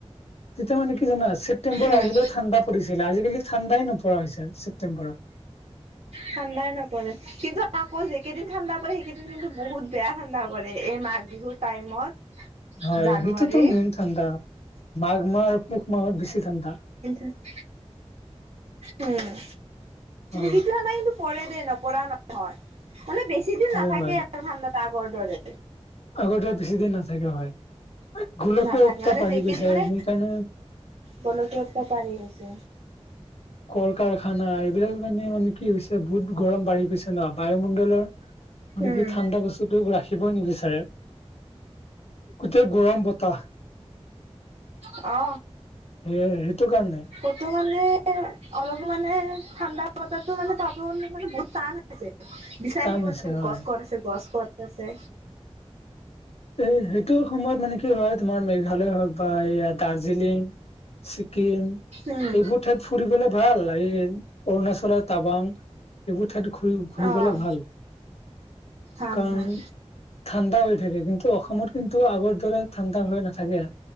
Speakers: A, on the left; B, on the right.
A: তেতিয়া মানে কি জানা ছেপ্তেম্বৰ
B: উম
A: আহিলেও ঠাণ্ডা পৰিছিল আজিকালি ঠাণ্ডাই নপৰা হৈ হৈছে ছেপ্তেম্বৰত।
B: ঠাণ্ডাই নপৰে কিন্তু আকৌ যি কেইদিন ঠাণ্ডা পৰে সেইকেইদিন কিন্তু বহুত বেয়া ঠাণ্ডা পৰে এই মাঘ বিহুত। টাইমত।
A: হয়
B: জানুৱাৰী
A: সেইটোতো মেইন ঠাণ্ডা মাঘ মাহ আৰু পুহ মাহত বেছি ঠাণ্ডা
B: <unintelligible> উম
A: হয়
B: কিন্তু <unintelligible> নাই কিন্তু পৰে দেই নপৰা নহয় মানে বেছ বেছিদিন
A: হয়
B: নাথাকে
A: হয়
B: আৰু ঠাণ্ডাত আগৰ দৰে
A: আগতে বেছিদিন নাথাকে হয় গোলকীয়
B: নাথাকে
A: উত্তাপ
B: মানে
A: বাঢ়ি
B: যিকেইদিন
A: গৈছে
B: মানে
A: সেইকাৰণে
B: গোলকীয় উত্তাপ বাঢ়ি গৈছে
A: কল কাৰখানা এইবিলাক মানে মানে কি হৈছে বহুত গৰম বাঢ়ি গৈছে ন বায়ুমণ্ডলৰ মানে
B: উম।
A: কি ঠাণ্ডা বস্তুটো ৰাখিবই নিবিচাৰে গোটেই গৰম বতাহ
B: অ
A: সেয়াই সেইটো কান
B: কতো মানে অলপো মানে ঠাণ্ডা বতাতো মানে তাপ মানে বহুত টান হৈছে বিচাৰ
A: টান
B: থাকিব
A: হৈছে
B: লাগে
A: হয়
B: গছ ক'ত আছে গছ ক'ত আছে
A: এই সেইটো সময়ত মানে কি হয় তোমাৰ মেঘালয় হওক বা এইয়া দাৰ্জিলিং ছিকিম
B: উম
A: এইবোৰ ঠাইত ফুৰিবলে ভাল এই অৰুণাচলৰ টাবাং এইবোৰ ঠাইত ঘূৰি ঘূৰিবলে
B: অ'।
A: ভাল
B: ভাল
A: কাৰণ
B: ভাল
A: ঠাণ্ডা হৈ থাকে কিন্তু অসমত কিন্তু আগৰ দৰে ঠাণ্ডা হৈ নাথাকে